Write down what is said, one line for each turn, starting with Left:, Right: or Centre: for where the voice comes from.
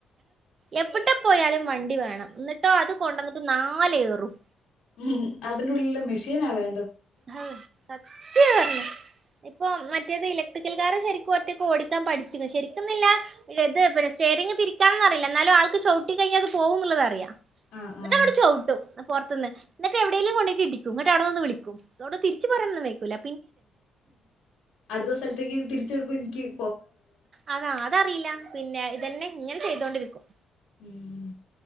Right: എവടെ പോയാലും വണ്ടി വേണം ഇന്നട്ടോ അത് കൊണ്ടന്നിട്ട് നാലേറും
Left: ഉമ് അതിന്റെ ഉള്ളില് മെഷീനാ വേ
Right: ഹഅ് സത്യാ പർഞ്ഞെ ഇപ്പൊ മ മറ്റെത് ഇലക്ട്രിക്കൽ കാർ ശരിക്കും ഒറ്റക്ക് ഓടിക്കാൻ പഠിച്ച്ക്ക്ണ് ശരിക്ക്ന്ന്ല്ല ഇത് പിന്നെ സ്റ്റിയറിങ് തിരിക്കാനൊന്നും അറീല്ല ഇന്നാലും ആൾക്ക് ചവിട്ടികഴിഞ്ഞാൽ അത് പോകും ന്നുള്ളത് അറിയാം
Left: ആഹ്
Right: എന്നിട്ട്
Left: ആഹ്
Right: അവിടെ ചവിട്ടും പുറത്ത്ന്ന് എന്നിട്ട് എവിടെേലും കൊണ്ടയിട്ട് ഇടിക്കും എന്നിട്ട് അവിടെ നിന്ന് വിളിക്കും ന്നോട് തിരിച്ചു പറയാൻ ഒന്നും വൈക്കൂല്ല
Left: അടുത്ത സ്ഥലത്തേക്ക് തിരി ച്ചു കുൻ ക്യും
Right: അതാ അതറിയില്ല പിന്നെ ഇതന്നെ ഇങ്ങനെ ചെയ്തോണ്ടിരിക്കും
Left: ഉം